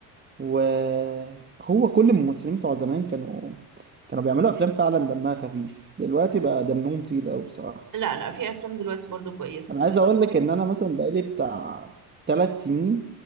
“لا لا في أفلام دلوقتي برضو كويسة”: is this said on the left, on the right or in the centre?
Right